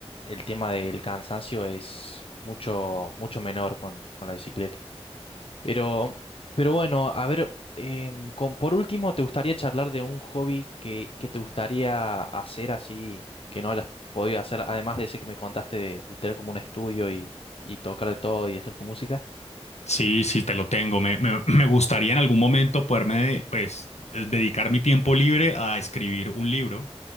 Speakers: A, on the left; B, on the left.
A: el tema del cansancio es mucho, mucho menor con, con la bicicleta. Pero, pero bueno, a ver, em, con, por último, ¿te gustaría charlar de un hobby que, que te gustaría hacer así, que no hayas podido hacer, además de ese que me contaste de, de tener como un estudio y, y tocar de todo y hacer tu música?
B: sí, sí, te lo tengo. Me, me, me gustaría en algún momento poderme, pues, eh, dedicar mi tiempo libre a escribir un libro.